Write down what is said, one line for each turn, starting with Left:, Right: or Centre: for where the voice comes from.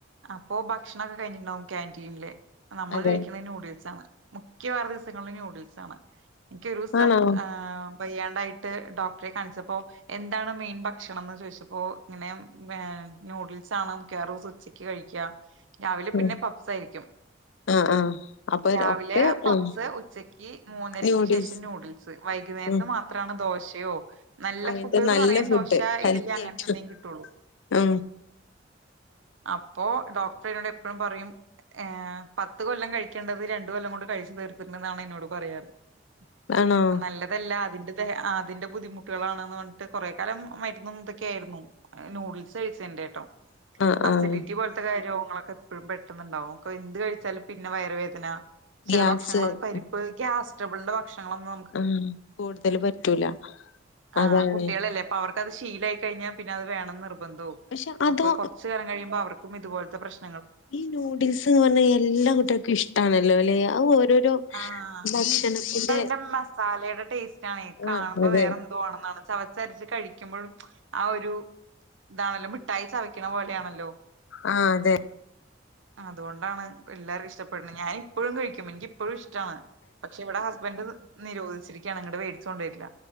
Right: അപ്പോ ഭക്ഷണൊക്കെ കഴിഞ്ഞിട്ടുണ്ടാവും ക്യാന്റീനിലെ നമ്മള്
Left: അതെ
Right: കഴിക്കുന്നത് ന്യൂഡിൽസ് ആണ് മിക്കവാറും ദിവസങ്ങളിൽ ന്യൂഡിൽസ് ആണ് എനിക്ക് ഒരു ദിവസം
Left: ആണോ?
Right: അഹ് വയ്യാണ്ടായ്ട്ട് ഡോക്ട്റെ കാണിച്ചെപ്പോ എന്താണ് മെയിൻ ഭക്ഷണംന്ന് ചോയ്ച്ചപ്പോ ങ്ങെനെ ഏഹ് ന്യൂഡിൽസാണ് മിക്കവാറൂസ് ഉച്ചക്ക് കഴിക്കാ രാവിലെ
Left: ഉം
Right: പിന്നെ പബ്സ് ആയിരിക്കും
Left: ആഹ് ആഹ് അപ്പൊ
Right: രാവിലെ
Left: ഒക്കെ
Right: പപ്സ്
Left: ഉം
Right: ഉച്ചക്ക് മൂന്നരക്ക്
Left: ന്യൂഡിൽസ്
Right: ശേഷം നൂഡിൽ- വൈകുന്നേരത്ത്
Left: ഉം
Right: മാത്രണ് ദോശയോ നല്ല
Left: അങ്ങനത്തെ
Right: ഫുഡ്ന്ന്
Left: നല്ല
Right: പറയാൻ
Left: ഫുഡ്
Right: ദോശ
Left: ഹെൽത്തി
Right: ഇഡലി അങ്ങനത്തെ
Left: ആയിട്ടു-
Right: എന്തെങ്കിലും കിട്ടുള്ളൂ
Left: ആ
Right: അപ്പോ ഡോക്ടറ് എന്നോട് എപ്പോഴും പറയും ഏ- പത്ത് കൊല്ലം കഴിക്കേണ്ടത് രണ്ട് കൊല്ലം കൊണ്ട് കഴിച്ചു തീർത്തിണ്ടെന്നാണ് എന്നോട് പറയാറ് -
Left: ആണോ?
Right: നല്ലതല്ല അതിന്റെ അതിന്റെ ബുദ്ധിമുട്ട് കുട്ടികളാണന്ന് പറഞ്ഞിട്ട് കൊറേ കാലം മരുന്നും ഇതൊക്കെയായിരുന്നു ന്യൂഡിൽസ് കഴിച്ചതിന്റെ ആട്ടോ
Left: ആഹ്
Right: അസൈഡിറ്റി
Left: ആഹ്
Right: പോൽ <unintelligible> രോഗങ്ങളൊക്കെ എപ്പോഴും പെട്ടെന്നുണ്ടാവും അപ്പൊ എന്ത് കഴിച്ചാലും പിന്നെ വയറ് വേദന ചില
Left: ഗ്യാസ്
Right: ഭക്ഷണങ്ങള് പരിപ്പ് ഗ്യാസ്സ്റ്റബിളിന്റെ ഭക്ഷണങ്ങളൊന്നു
Left: ആഹ് ആഹ് കൂടുതല് പറ്റൂല
Right: ആഹ്
Left: അതാണ്
Right: കുട്ട്യാളല്ലേ അപ്പൊ അവർക്കത് ശീലായി കഴിഞ്ഞാൽ പിന്നെ അത് വേണംന്ന് നിർബന്ധവും
Left: പക്ഷെ അതോ
Right: അപ്പൊ കൊറച്ച് കാലം കഴിയുമ്പോ അവർക്കും ഇതുപോലത്തെ പ്രശ്ന-
Left: ഈ നൂഡിൽസ് ന്ന് പറഞ്ഞാൽ എല്ലാ കുട്ട്യാക്കും ഇഷ്ടാണല്ലോ ല്ലെ അത് ഓരോരോ-
Right: ആഹ്
Left: ഭക്ഷണത്തിന്റെ
Right: അതിന്റെ മസാലയുടെ ടേസ്റ്റ് ആണേ കാണുമ്പോ
Left: ആഹ് അതെ
Right: വേറെ ന്തോന്നാണ് ചവച്ചരച്ച് കഴിക്കുമ്പോഴും ആ ഒരു താണല്ലോ മിഠായി ചവിക്കണ പോലെയാണല്ലോ
Left: ആഹ് അതെ
Right: അതൊണ്ടാണ് എല്ലാവർക്കും ഇഷ്ടപെടുന്നെ ഞാന് ഇപ്പോഴും കഴിക്കും എനിക്കിപ്പോഴും ഇഷ്ടണ് പക്ഷെ ഇവിടെ ഹസ് ബ്ബന്റ് നിരോധിച്ചിരിക്കയാണ് ഇങ്ങട്ട് മേടിച് കൊണ്ട് വരില്ല